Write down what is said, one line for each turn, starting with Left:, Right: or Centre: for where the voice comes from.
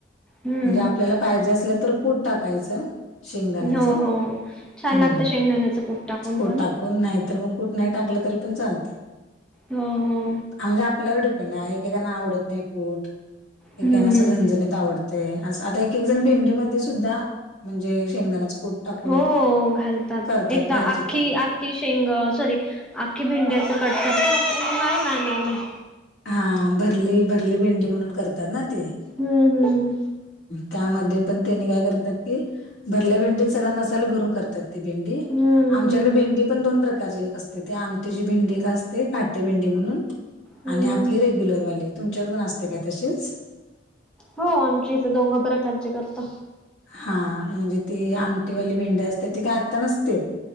Centre: हम्म.
Left: म्हणजे आपल्याला पाहिजे असल्या तर कुठ टाकायचं. शेंगदाण्याच
Centre: हो हो. छान
Left: हम्.
Centre: लागतं शेंगदाण्याचं कूट टाकून
Left: <inaudible> कोण
Centre: पण
Left: नाही तर मग कुठ नाही टाकलं तरी पण चालते.
Centre: हो हो
Left: म्हणजे आपल्यावर डिपेंड आहे एकेकना आवडत नाही कूट <inaudible>
Centre: हम्म
Left: अस
Centre: हम्म.
Left: झनझणीत आवडत. ते अस आता एक एक जण भेंडीमध्ये सुद्धा म्हणजे शेंगदाण्याच. कूट टाकून
Centre: हो घालतात
Left: करतात
Centre: एक तर
Left: भाजी
Centre: आखी
Left: ते
Centre: आखखी शेंग सॉरी. आख्खी भिंड्याचं <inaudible>
Left: हा भरली भरली भेंडी म्हणून करतात ना ते.
Centre: हम्म हम्म
Left: त्यामध्ये पण त्याने काय करतात कि भरल्या भेंडीत सगळा मसाला भरून करतात ते भेंडी.
Centre: हम्म
Left: आमच्याकडे.
Centre: हम्म
Left: भेंडी पण दोन प्रकारची एक असते ते आमटेची भिंडी एक असते काटे भेंडी म्हणून.
Centre: हम्म
Left: आणि
Centre: हम्म.
Left: आपली रेग्युलरवाली तुमच्याकडून असते काय तशीच.
Centre: हो आमच्या इथे दोघा बरा <unintelligible> करतो.
Left: हा म्हणजे ती आमटीवाली भेंडे असते ती काय आत्ता नसते.